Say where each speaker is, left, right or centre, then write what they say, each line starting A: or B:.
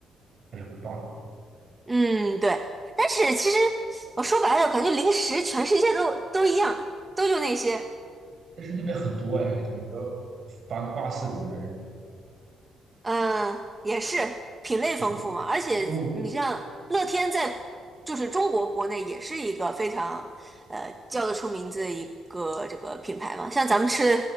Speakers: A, on the right; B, on the right.
A: 还是很棒的。
B: 嗯对，但是其实我说白了，感觉零食全世界都都一样，都就那些。
A: 但是那边很多呀，就感觉繁花似锦的人，
B: 嗯，也是品类丰富嘛，
A: 对，
B: 而且你像乐天在就是中国国内也是一个非常呃叫得出名字的一个这个品牌嘛，
A: 因为我
B: 像咱们吃